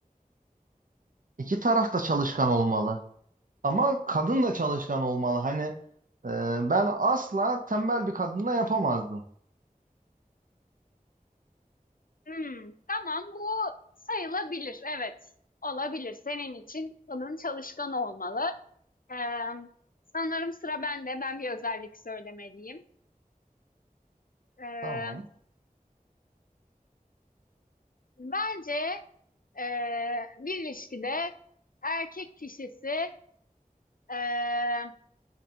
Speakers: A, on the right (about 65°); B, on the left (about 70°).
A: İki taraf da çalışkan olmalı. Ama kadın da çalışkan olmalı. Hani e, ben asla tembel bir kadınla yapamazdım.
B: Hımm, tamam, bu sayılabilir. Evet, olabilir. Senin için bunun çalışkan olmalı. Emm, sanırım sıra bende. Ben bir özellik söylemeliyim. Emm,
A: Tamam.
B: bence, eee, bir ilişkide erkek kişisi, eee,